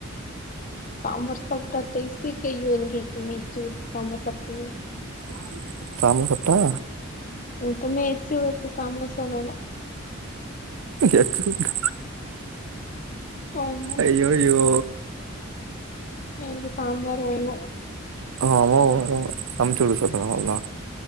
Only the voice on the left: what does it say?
சாம்பார் சாப்ட்டா டேஸ்டோ கே யூ இன் கேட்குமே சாம்பார் சாப்ட்டுன்னு
இப்பமே எச்சு ஊர்து சாம்பார் சொன்னோன்னே
ம்
எனக்கு சாம்பார் வேணூ